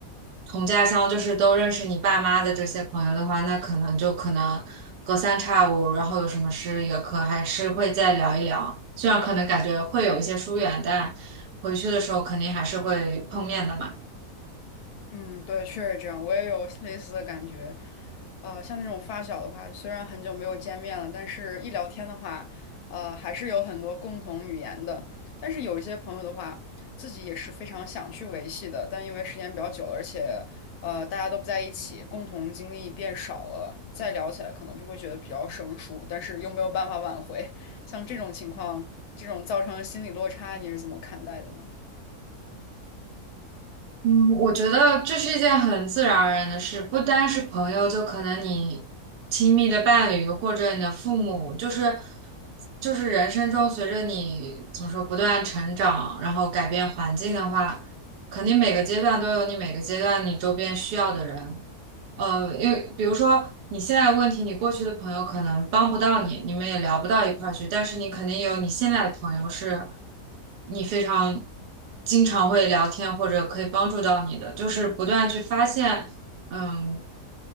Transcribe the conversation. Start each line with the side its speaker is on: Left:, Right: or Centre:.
Right: 同家乡，就是都认识你爸妈的这些朋友的话，那可能就可能隔三差五，然后有什么事也可还是会再聊一聊。虽然可能感觉会有一些疏远，但回去的时候肯定还是会碰面的嘛。
Left: 嗯，对，确实这样，我也有类似的感觉。呃，像那种发小的话，虽然很久没有见面了，但是一聊天的话，呃，还是有很多共同语言的。但是有一些朋友的话，自己也是非常想去维系的，但因为时间比较久了，而且呃大家都不在一起，共同经历变少了，再聊起来可能就会觉得比较生疏，但是又没有办法挽回。<laughs> 像这种情况，这种造成的心理落差，你是怎么看待的呢？
Right: 嗯，我觉得这是一件很自然而然的事，不单是朋友，就可能你亲密的伴侣或者你的父母，就是就是人生中随着你怎么说不断成长，然后改变环境的话，肯定每个阶段都有你每个阶段你周边需要的人，呃，因为比如说你现在的问题，你过去的朋友可能帮不到你，你们也聊不到一块儿去，但是你肯定有你现在的朋友是，你非常经常会聊天或者可以帮助到你的，就是不断去发现，嗯。